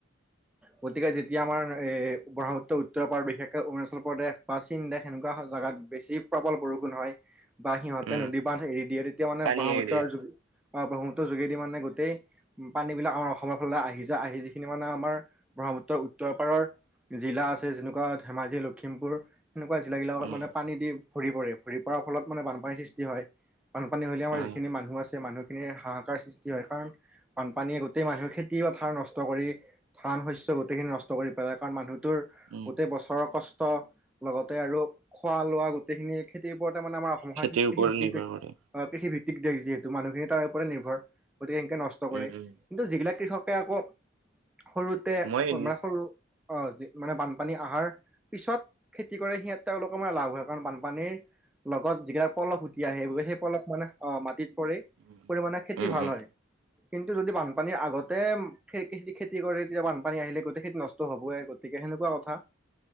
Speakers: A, in the centre; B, on the right.
A: গতিকে যেতিয়া আমাৰ এ ব্ৰহ্মপত্ৰ উত্তৰ পাৰ বিশেষকে অৰুণাচল প্ৰদেশ বা চীন দেশ এনেকুৱা জাগাত বেছি প্ৰবল বৰষুণ হয় বা সিহঁতে
B: উম
A: নদী বান্ধ এৰি দিয়ে তেতিয়া মানে
B: পানী
A: ব্ৰহ্মপুত্ৰৰ
B: এৰি দিয়ে
A: ব্ৰক্ষ্মপুত্ৰৰ যোগেদি মানে গোটেই পানী বিলাক আমাৰ অসমৰ ফালে আহি যা আহি যিখিনি মানে আমাৰ ব্ৰহ্মপুত্ৰ উত্তৰ পাৰৰ জিলা আছে যেনেকুৱা ধেমাজি, লখিমপুৰ সেনেকুৱা জিলাবিলাকত
B: উম
A: মানে পানী দি ভৰি পৰে ভৰি পৰাৰ ফলত মানে বানপানীৰ সৃষ্টি হয়। বানপানী হলে আমাৰ
B: অ
A: যিখিনি মানুহ আছে মানুহ হাহাকাৰ সৃষ্টি হয় কাৰণ বানপানীয়ে গোটেই মানুহ খেতি পথাৰ নষ্ট কৰি ধান শস্য গোটেই খিনি নষ্ট কৰি পেলাই কাৰণ মানুহটোৰ
B: উম
A: গোটেই বছৰ বৰ কষ্ট লগতে আৰু খোৱা লোৱা সেইখিনি খেতিৰ ওপৰতে মানে আমাৰ অসমখন
B: খেতিৰ
A: <unintelligible>
B: ওপৰত নিৰ্ভৰ কৰে
A: অ', কৃষি ভিত্তিক দেশ যিহেতু মানুহখিনি তাৰ ওপৰতে নিৰ্ভৰ গতিকে এনকে নষ্ট কৰে
B: উম উম
A: কিন্তু যিগিলাক কৃষকে আকৌ সৰুতে
B: মই
A: মানে সৰু অ', মানে বানপানী আহাৰ পিছত খেতি কৰে সিহঁত তেওঁলোকৰ মানে লাভ হয় কাৰণ বানপানীৰ লগত যিগিলাক পলস তিয়া সেই - সেই পলস মানে অ, মাটিত পৰি
B: উম
A: পৰিমাণে খেতি
B: উম
A: ভাল
B: উম
A: হয়। কিন্তু যদি বানপানীৰ আগতে খদি খেতি কৰে তেতিয়া বানপানী পানী আহিলে গোটেইখিন নষ্ট হবই গতিকে সেনেকুৱা কথা।